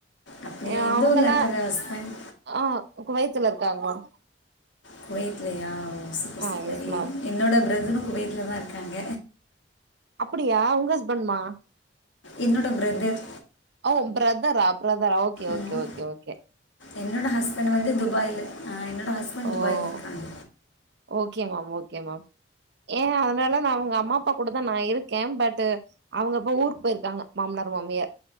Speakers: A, on the left (about 75°); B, on the right (about 60°).
A: அப்படியா
B: எ
A: எந்த
B: அவுங்கல்லா
A: ஊரில் இருக்காங்க ஹஸ்பண்ட்
B: ஆ உ குவையத்துல இருக்காங்க மேம்
A: குவெட்லயா செரி
B: ஆ
A: சிப்பாரே
B: எஸ் மேம்
A: என்னோட பிரதரு குவெட்லதா இருக்காங்க
B: அப்டியா உங்க ஹஸ்பண்டுமா
A: என்னோட ப்ரதர்
B: ஓ ப்ரதரா ப்ரதரா ஓகே
A: ம்
B: ஓகே ஓகே ஓகே
A: என்னோட ஹஸ்பண்ட் வந்து துபாய்ல அ என்னோட ஹஸ்பண்ட்
B: ஓ
A: துபாய்ல இருக்காங்க
B: ஓகே மேம் ஓகே மேம் ஏ அதனால நா அவங்க அம்மா அப்பா கூட தா நா இருக்கே பட்டு அவங்க இப்ப ஊருக்கு போயிருக்காங்க மாமனார் மாமியார்